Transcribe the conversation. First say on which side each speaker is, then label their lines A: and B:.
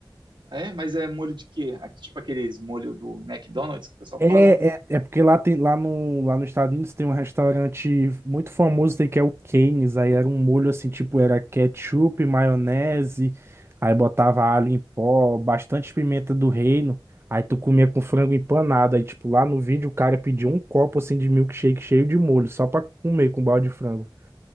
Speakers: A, on the right; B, on the right.
A: É, mas é molho de quê? Aqui, Tipo aqueles molho do McDonald's que o pessoal
B: É,
A: fala?
B: é, é porque lá, tem, lá, no, lá nos Estados Unidos tem um restaurante muito famoso aí que é o Cane's. Aí era um molho assim, tipo, era ketchup, maionese, aí botava alho em pó, bastante pimenta do reino. Aí tu comia com frango empanado. Aí, tipo, lá no vídeo o cara pediu um copo assim de milkshake cheio de molho, só pra comer com balde de frango.